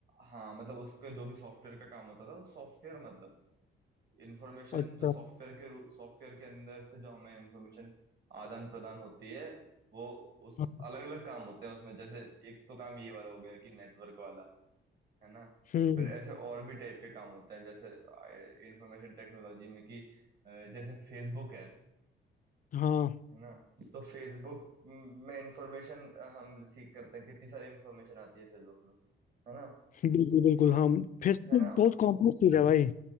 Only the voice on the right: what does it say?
हाँ मतलब उसका जो भी सॉफ्टवेयर का काम होता था सॉफ्टवेयर मतलब इंफॉर्मेशन
जो सॉफ्टवेयर के सॉफ्टवेयर के अंदर से जो हमें इंफॉर्मेशन आदान प्रदान होती है वो उस
अलग अलग काम होते हैं उसमें जैसे एक तो काम ये वाला हो गया कि नेटवर्क वाला है ना
फिर ऐसे और भी टाइप के काम होते हैं जैसे इंफॉर्मेशन टेक्नोलॉजी में कि अ, जैसे फेसबुक है
है ना तो फेसबुक में इंफॉर्मेशन हम सीख करते हैं कितनी सारी इंफॉर्मेशन आती है फेसबुक में है ना
तो
है ना